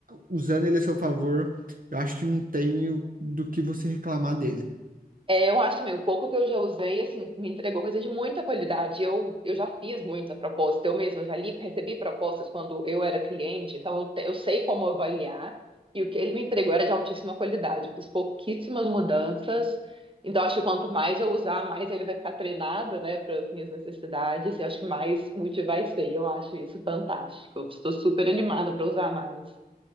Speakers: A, on the right; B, on the right.
A: usando ele a seu favor, eu acho que não tem o- do que você reclamar dele.
B: É, eu acho também, o pouco que eu já usei, assim, me entregou coisa de muita qualidade. Eu, eu já fiz muita proposta, eu mesma já li, recebi propostas quando eu era cliente, então eu, te- eu sei como avaliar, e o que ele me entregou era de altíssima qualidade. Fiz pouquíssimas mudanças, então acho que quanto mais eu usar, mais ele vai ficar treinado, né, para as minhas necessidades, e acho que mais útil vai ser. Eu acho isso fantástico. Eu Estou super animada para usar mais.